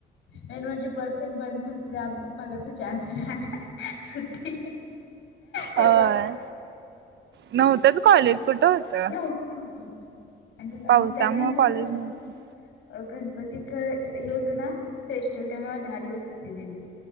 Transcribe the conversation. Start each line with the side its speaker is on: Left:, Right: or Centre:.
Left: मेन म्हणजे बस <unintelligible> मला त चान्स मीळाला. सुट्टी तेव्हा.
Right: होय नव्हतंच कॉलेज कुठं होतं
Left: नवत होत. आणि
Right: पावसामुळं
Left: आणि त्यानंतरच
Right: कॉलेज
Left: कस.
Right: नव्हतं
Left: अ गणपतीचं हे होतं ना स्पेशल तेव्हा दहा दिवस सुट्टी दिल